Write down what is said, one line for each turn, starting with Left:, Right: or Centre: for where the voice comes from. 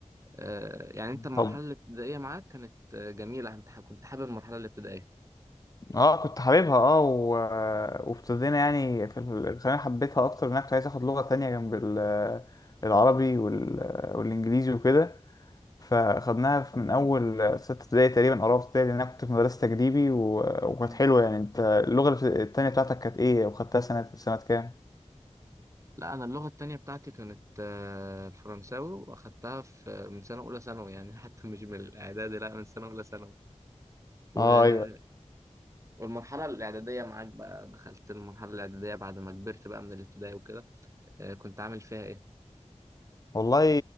Right: آه، يعني انت المرحله
Left: طب
Right: الابتدائيه معاك كانت آه، جميله انت ح- كنت حابب المرحله الابتدائيه
Left: اه كنت حاببها اه و... وابتدينا يعني في ال- الثانوية حبيتها اكتر ان انا كنت عايز اخد لغة تانية جنب ال- العربي وال... والانجليزي وكده فاخدناها في- من اول ستة ابتدائي تقريبا او رابعة ابتدائي لان انا كنت في مدرسة تجريبي و... وكانت
Right: مم.
Left: حلوة يعني انت اللغة الت- التانية بتاعتك كانت ايه وخدتها سنة سنة كام؟
Right: لا انا اللغه التانية بتاعتي كانت آه، الفرنساوي واخدتها في من سنه اولى ثانوي يعني <laughs> حتى مش من الاعدادي لا من سنه اولى ثانوي و-
Left: اه ايوه
Right: والمرحله الاعداديه معاك بقى دخلت المرحله الاعداديه بعد ما كبرت بقى من الابتدائي وكده آه، كنت عامل فيها ايه
Left: والله